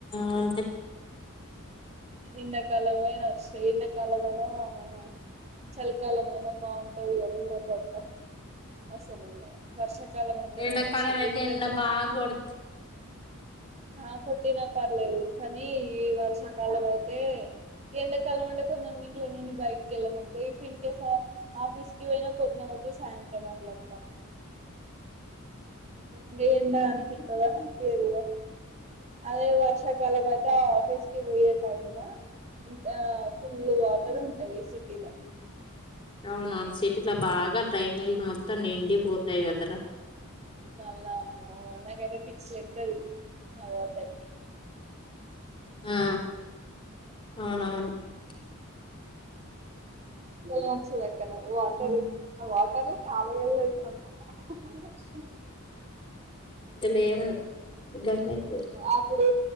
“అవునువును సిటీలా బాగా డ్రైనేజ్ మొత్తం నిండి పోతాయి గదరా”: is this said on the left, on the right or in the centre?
Left